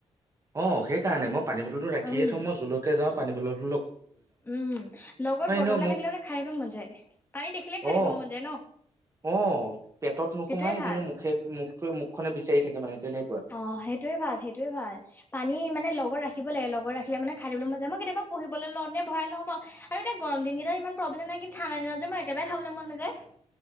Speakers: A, on the right; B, on the left.
A: অ সেই কাৰণে মই পানী বটল টো ৰাখিয়ে
B: উম
A: থওঁ মই জোলৈকে যাওঁ পানী বটল
B: উম লগত বটলটা
A: ন মোক
B: থাকিলে মানে খাইিবলৈ মন যায় পানী দেখিলে খাই
A: অ
B: দিব মন যায় ন
A: অ পেটত নোসোমাই
B: সেইটোৱে ভাল
A: কিন্তু মুখে মুখে মুখনে বিচাৰি থাকে মানে তেনে
B: অ সেইটোয়ে ভাল সেইটোয়ে ভাল পানী মানে লগত ৰাখিব লাগে লগত ৰাখিলে মানে খাই থাকিবলৈ মন যাই মই কেতিয়াবা পঢ়িবলৈ লওঁতে ভৰাই লওঁ বও আৰু এতিয়াৰ দিনকেইটা ইমান প্ৰব্লেম নাইন্ত ঠাণ্ডা দিনত যে মই কেবাৰে খাবলৈ মন নাযায়